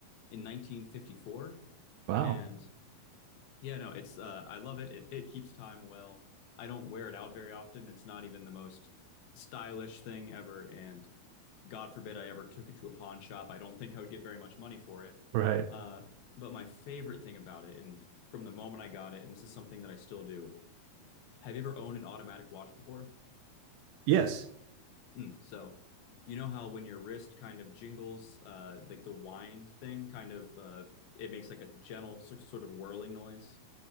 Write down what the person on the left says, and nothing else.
in 1954.
And yeah, no, it's uh, I love it. It it keeps time well. I don't wear it out very often. It's not even the most stylish thing ever, and God forbid I ever took it to a pawn shop. I don't think I would get very much money for it.
Uh, but my favorite thing about it, and from the moment I got it, and this is something that I still do, have you ever owned an automatic watch before?
Mm, so you know how when your wrist kind of jingles, uh, like the wind thing kind of, uh, it makes like a gentle sort of whirling noise?